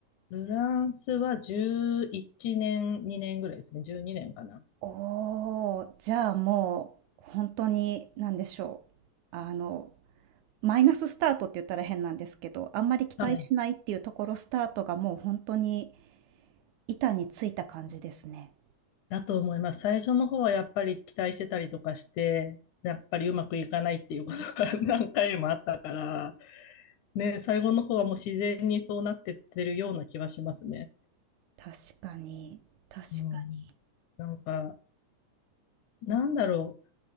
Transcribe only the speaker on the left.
フランスは11年、2年ぐらいですね。12年かな。
はい
だと思います。最初の方はやっぱり期待してたりとかして、やっぱりうまくいかないっていうことが <laughs> 何回もあったから、ね、最後の方はもう自然にそうなってってるような気はしますね。
うん、なんか、なんだろう。